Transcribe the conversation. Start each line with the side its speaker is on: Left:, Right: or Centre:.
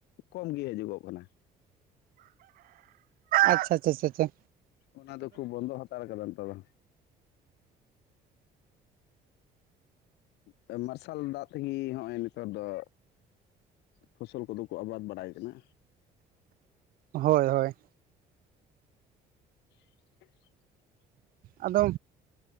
Left: ᱠᱚᱢ ᱜᱮ ᱦᱟᱹᱡᱩᱜᱚᱜ ᱠᱟᱱᱟ᱾
Right: ᱟᱪᱪᱷᱟ ᱪᱷᱟ ᱪᱷᱟ ᱪᱷᱟ᱾
Left: ᱚᱱᱟ ᱫᱚ ᱠᱩ ᱵᱚᱱᱫᱚ ᱦᱟᱛᱟᱲ ᱠᱟᱫᱟ ᱱᱮᱛᱟᱨ ᱫᱚ᱾ ᱦᱮᱸ, ᱢᱟᱨᱥᱟᱞ ᱫᱟᱜ ᱛᱮᱜᱮ ᱦᱚᱸᱜ-ᱚᱭ ᱱᱮᱛᱟᱨ ᱫᱚ ᱯᱷᱚᱥᱚᱞ ᱠᱚᱫᱚ ᱠᱚ ᱟᱵᱟᱫ ᱵᱟᱲᱟᱭ ᱠᱟᱱᱟ᱾
Right: ᱦᱳᱭ ᱦᱳᱭ᱾
Left: <inaudible>
Right: ᱟᱫᱚ